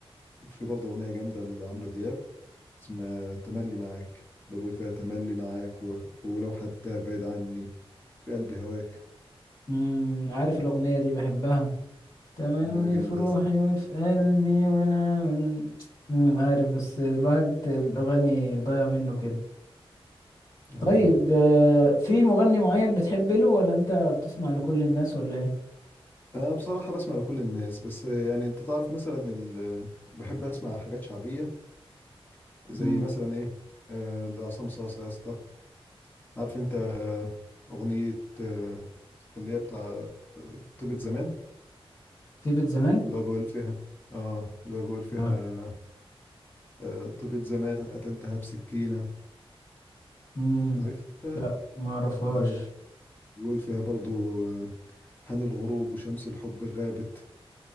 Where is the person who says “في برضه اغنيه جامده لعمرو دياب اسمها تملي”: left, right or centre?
Left